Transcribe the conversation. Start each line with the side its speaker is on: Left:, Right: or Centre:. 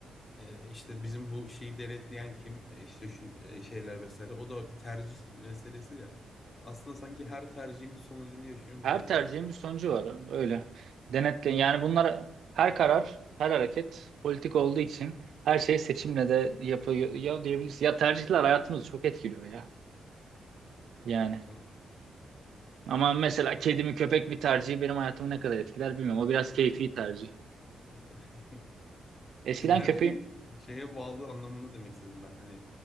Left: e, işte bizim bu şeyi denetleyen kim, e, işte şu e, şeyler vesaire o da bir tercih meselesi ya. Aslında sanki her tercihin bir sonucunu yaşıyormuşuz
Right: Her tercihin
Left: gibi.
Right: bir sonucu var öyle. Denetle yani bunlar her karar, her hareket politik olduğu için her şey seçimle de yapıyor ya diyebiliriz. Ya tercihler hayatımızı çok etkiliyor ya. Yani.
Left: Ya tabii.
Right: Ama mesela kedi mi köpek mi tercihi benim hayatımı ne kadar etkiler bilmiyorum. O biraz keyfi tercih.
Left: Ya, tabii. <laughs>
Right: Eskiden
Left: Yani her
Right: köpeğin
Left: şey şeye bağlı anlamını demek istedim ben. Hani